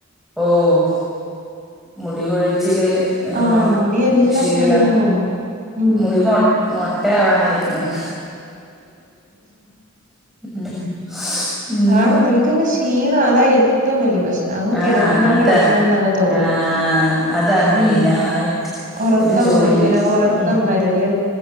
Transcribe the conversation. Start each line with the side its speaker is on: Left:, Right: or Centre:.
Centre: ഓഹ് മുടി കൊഴിച്ചില് ഏ
Right: ആഹ് മുടിയെല്ലാം
Centre: ക്ഷീണം
Right: കൊഴിഞ്ഞങ്ങ് പോവും ഉം
Centre: മുടിമോട്ട- മോട്ടയാവാനയിക്കണ് ഉം ഇനി
Right: ആണ് നമുക്കങ്ങ് ഷീ ഷീണവാ അതാ - ഏറ്റവും വലിയ പ്രശ്നം അങ്ങ് കെടക്കണം
Centre: ആഹ് അതാണ്
Right: കെടക്കണന്ന് അങ്ങ് തോന്നും
Centre: ആഹ് അതാണ്
Right: ഉം
Centre: മെയിനായിട്ട്
Right: ഒറക്കം
Centre: ഒരു ജോലി
Right: ഇങ്ങനെ ഒറക്കം
Centre: ഉം
Right: വരല്